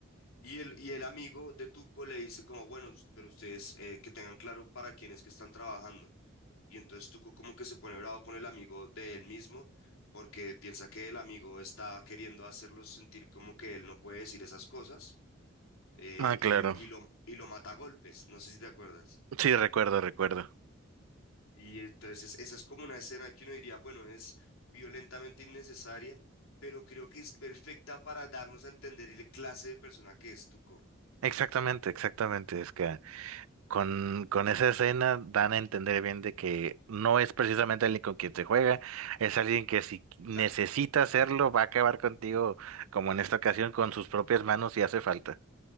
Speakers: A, on the left; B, on the right.
A: Y el, y el amigo de Tuco le dice como, bueno, us- pero ustedes eh, que tengan claro para quién es que están trabajando. Y entonces Tuco como que se pone bravo con el amigo de él mismo, porque piensa que el amigo está queriendo hacerlo sentir como que él no puede decir esas cosas. eh,
B: Ah,
A: y,
B: claro.
A: y lo, y lo mata a golpes. No sé si te acuerdas.
B: Sí, recuerdo, recuerdo.
A: Y entonces esa es como una escena que uno diría, bueno, es violentamente innecesaria, pero creo que es perfecta para darnos a entender la clase de persona que es Tuco.
B: Exactamente, exactamente, es que Con, con esa escena dan a entender bien de que no es precisamente alguien con quien se juega, es alguien que si necesita
A: Exacto.
B: hacerlo va a acabar contigo, como en esta ocasión, con sus propias manos si hace falta.